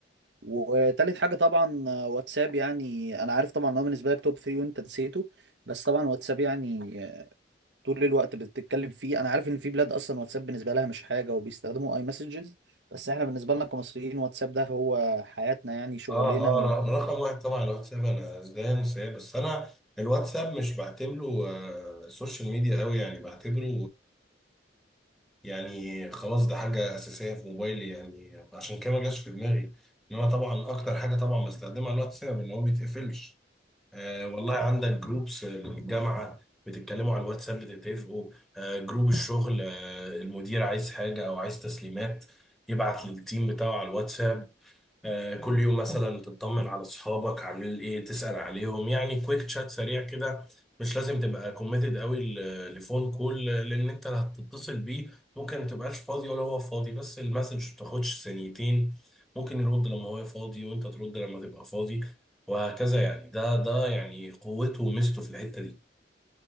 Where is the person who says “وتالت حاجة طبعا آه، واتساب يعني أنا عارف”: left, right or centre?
Right